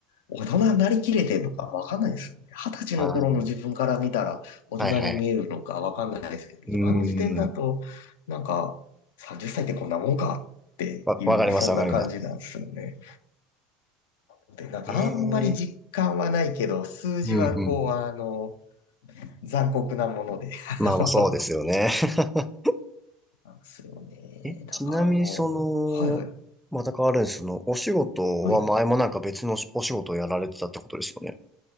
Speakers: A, on the left; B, in the centre.
A: 大人になりきれてるのかわかんないですよね。二十歳の頃の自分から見たら大人に見えるのかわかんないですけど、
B: あー、はいはい。うー
A: 今の時点だと、
B: ん。
A: なんか30歳っさいってこんなもんかっていう、
B: わ、わかります、
A: そんな感じなんですよね。
B: わかります。
A: で、なんかあんまり実感はないけど、
B: ええ
A: 数字はこう、
B: うん、うん。
A: あの、残酷なもので、<laughs>
B: まあまあ、
A: あの、
B: そうですよね。<laughs>
A: なんですよね。
B: え、
A: だからもう、
B: ちなみにその、
A: はいはい。
B: また変わるんですそのお仕事は前もなんか別のお仕事をやられてたってことですよね。
A: はい。